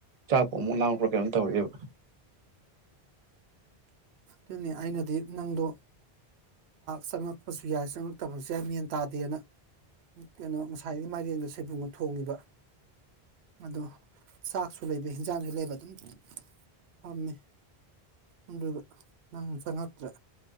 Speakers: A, on the right; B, on the right.
A: ꯆꯥꯛꯄꯨ ꯑꯃꯨꯛ ꯂꯥꯡꯄ꯭ꯔꯣ ꯀꯩꯅꯣꯝ ꯇꯧꯔꯤꯑꯦꯕ
B: ꯑꯗꯨꯅꯤ ꯑꯩꯅꯗꯤ ꯅꯪꯗꯣ ꯆꯪꯉꯛꯄꯁꯨ ꯌꯥꯏ ꯆꯪꯉꯛꯇꯕꯁꯨ ꯌꯥꯏ ꯃꯦꯟ ꯇꯥꯗꯦꯅ ꯀꯩꯅꯣ ꯉꯁꯥꯏꯒꯤ ꯃꯥꯏꯔꯦꯟꯗ ꯁꯣꯏꯕꯨꯡꯗ ꯊꯣꯡꯉꯤꯕ ꯑꯗꯣ ꯆꯥꯛꯁꯨ ꯂꯩꯕ ꯍꯤꯟꯖꯥꯡꯁꯨ ꯂꯩꯕ ꯑꯗꯨꯝ ꯊꯝꯃꯦ ꯑꯗꯨꯒ ꯅꯪ ꯆꯪꯉꯛꯇ꯭ꯔꯦ